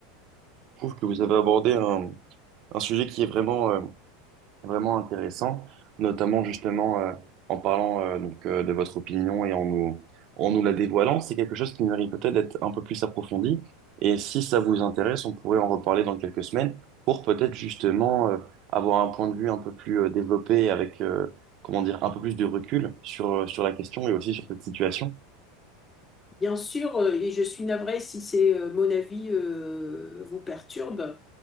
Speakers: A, on the right; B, on the left.
A: Je trouve que vous avez abordé un, un sujet qui est vraiment, euh, Vraiment intéressant, notamment justement euh, en parlant euh, donc euh, de votre opinion et en nous en nous la dévoilant, c'est quelque chose qui mérite peut-être d'être un peu plus approfondi. Et si ça vous intéresse, on pourrait en reparler dans quelques semaines pour peut-être justement euh, avoir un point de vue un peu plus euh, développé avec euh, comment dire un peu plus de recul sur euh, sur la question et aussi sur cette situation.
B: Bien sûr, euh, et je suis navrée si c'est euh, mon avis euh, vous perturbe.